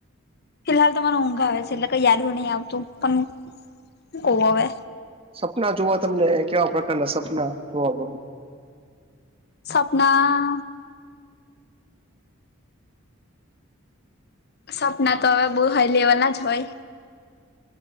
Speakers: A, on the left; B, on the right.
A: ફિલહાલ તો મને ઊંઘા આવે છે એટલે કઈ યાદવ નહી આવતું પણ ઓવ હવે.
B: સપના જોવા તમને કેવા પ્રકારના સપના જોવા ગમે.
A: સવપ્ના. સપના તો હવે બહ હાઈ લેવલ ના જ હોય.